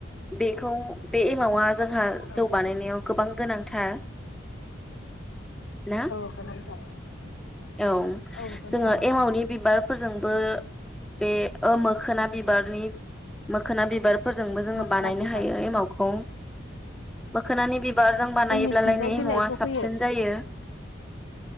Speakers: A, in the centre; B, on the left (about 85°).
A: बेखौ बे एमावा जोंहा
B: औ
A: जौ बानायनायाव गोबां गोनां। थार। ना
B: औ गोनांथार
A: औ
B: औ गोनाङानो
A: जोङो एमावनि बिबारफोरजों बो बे ओ मोखोना बिबारनि मोखोना बिबार फोरजोंबो जोङो
B: मोखोना
A: बानायनो
B: बिबार
A: हायो एमावखौ। मोखोनानि बि बार जों बानायोबलाय
B: जोंनिथिंजाय
A: न
B: बिलाइखौ
A: एम'आ साबसिन
B: होयो
A: जायो।